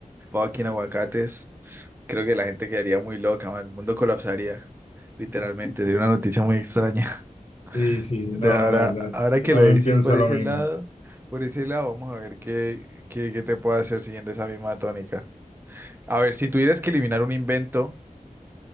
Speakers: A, on the right; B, on the left.
A: fucking aguacates. Creo que la gente quedaría muy loca, man. El mundo colapsaría. Literalmente, sería una noticia muy extraña. <laughs>
B: Sí, sí,
A: Entonces,
B: no, no,
A: ahora,
B: la verdad.
A: ahora
B: Yo
A: que
B: también
A: lo decís
B: pienso
A: por
B: lo
A: ese
B: mismo.
A: lado, por ese lado, vamos a ver qué, qué, qué te puedo hacer siguiendo esa misma tónica. A ver, si tuvieras que eliminar un invento